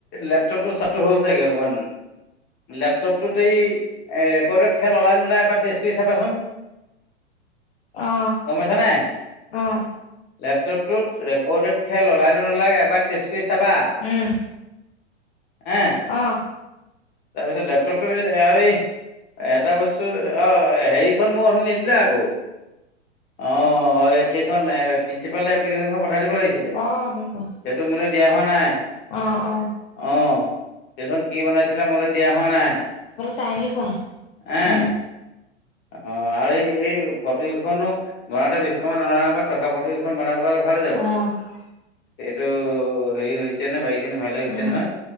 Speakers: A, on the left (about 25°); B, on the left (about 55°).
A: লেপটপটোৰ ছাতটো হ'ল চাগে অকমান লেপটপটোত এই ৰেকৰ্ডত খেল ওলাই নোলাই এবাৰ টেষ্ট কৰি চাবাচোন।
B: অ
A: গম পাইছা নাই
B: অ
A: লেপটপটোত ৰেকৰ্ডড খেল ওলাই নোলাই এবাৰ তেজ ত চাবা
B: উম
A: হে
B: অ'।
A: তাৰ পিছত লেপটপ টা এই এটা বস্তু অ', হেৰিখন মোক অনি নিদিলে আকৌ অ', সেইখন প্ৰিন্ঞ্চিপাল এপ্লিকেশ্যনখন পঠাই দিব লাগিছিল।
B: অ', সেইখন।
A: তোমোলৈ দিয়া হোৱা নাই।
B: অ', অ'।
A: অ', সেইখন কি বনাইছিলে মোলৈ দিয়া হোৱা নাই।
B: টাইম এ পোৱা
A: হা
B: উম।
A: অ', আৰু এই এই ফটোখনো বনাতে বেছি সময় ন থাক থ ফটোকেইখন বনাই পেলালে ভালে যাব
B: উম অ
A: এইটো হেৰি হৈছে হৈছে নে বাৰী খিনি ভালে হৈছে
B: উম
A: নহয়।